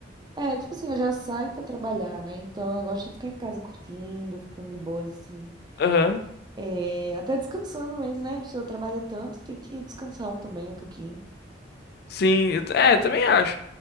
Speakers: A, on the right; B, on the left.
A: É, tipo assim, eu já saio pra trabalhar, né? Então eu gosto de ficar em casa curtindo, ficando de boas, assim.
B: Aham.
A: É, até descansando mesmo, né? A pessoa trabalha tanto, tem que descansar um também um pouquinho.
B: Sim, eu t- é, também acho.